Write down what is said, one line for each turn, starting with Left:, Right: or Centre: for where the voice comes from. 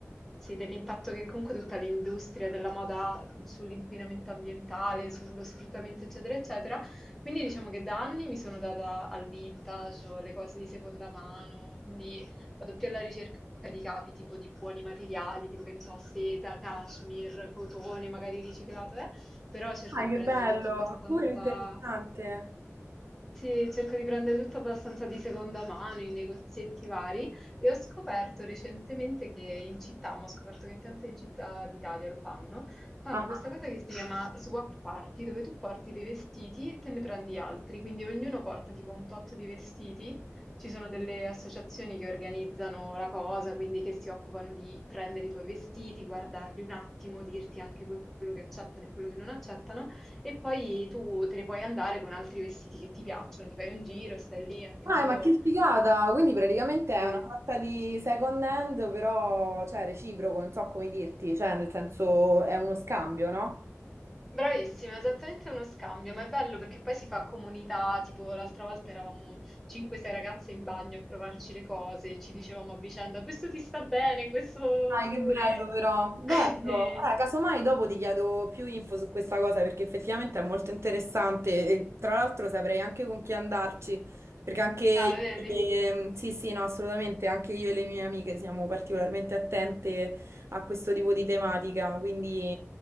Centre: sì, dell'impatto che comunque tutta l'industria della moda ha sull'inquinamento ambientale, sullo sfruttamento, eccetera, eccetera. Quindi diciamo che da anni mi sono data al vintage o alle cose di seconda mano, quindi vado più alla ricerca di capi, tipo di buoni materiali, tipo che ne so, seta, cashmere, cotone, magari riciclato, eh, però cerco
Right: Dai,
Centre: di
Right: che
Centre: prendere
Right: bello.
Centre: tutto abbastanza
Right: Super interessante.
Centre: sì, cerco di prendere tutto abbastanza di seconda mano in negozietti vari e ho scoperto recentemente che in città, ma ho scoperto che in tante città d'Italia lo fanno, fanno
Right: Ah,
Centre: questa cosa che si chiama swap party, dove tu porti dei vestiti e te ne prendi altri, quindi ognuno porta tipo un tot di vestiti. Ci sono delle associazioni che organizzano la cosa, quindi che si occupano di prendere i tuoi vestiti, guardarli un attimo, dirti anche quello che accettano e quello che non accettano. E poi tu te ne puoi andare con altri vestiti che ti piacciono, ti fai un giro, stai lì, è anche
Right: Ah,
Centre: un modo...
Right: ma che figata! Quindi praticamente è
Centre: Sì.
Right: una sorta di second hand, però, cioè, reciproco, non so come dirti, cioè, nel senso, è uno scambio, no?
Centre: Bravissima, esattamente uno scambio, ma è bello perché poi si fa comunità, tipo l'altra volta eravamo 5-6 ragazze in bagno a provarci le cose, ci dicevamo a vicenda questo ti sta bene, questo
Right: Dai,
Centre: pure,
Right: che bello però, bello.
Centre: <laughs> quindi,
Right: Eh, casomai dopo ti chiedo più info su questa cosa perché effettivamente è molto interessante e tra l'altro saprei anche con chi andarci, perché anche io,
Centre: ah, vedi?
Right: ehm, sì, sì, no, assolutamente, anche io e le mie amiche siamo particolarmente attente a questo tipo di tematica, quindi